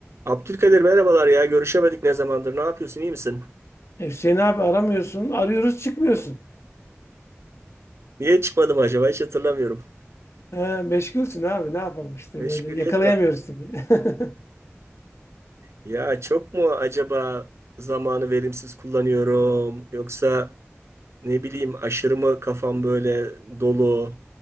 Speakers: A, on the right; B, on the left.
A: Abdülkadir merhabalar ya. Görüşemedik ne zamandır. Ne yapıyorsun? iyi misin?
B: E Hüseyin abi aramıyorsun. Arıyoruz çıkmıyorsun.
A: Niye çıkmadım acaba? Hiç hatırlamıyorum.
B: He, meşgulsün abi ne yapalım işte
A: Meşguliyet
B: böyle yakalayamıyoruz
A: var.
B: tabii. <laughs>
A: Ya çok mu acaba zamanı verimsiz kullanıyorum? Yoksa ne bileyim aşırı mı kafam böyle dolu?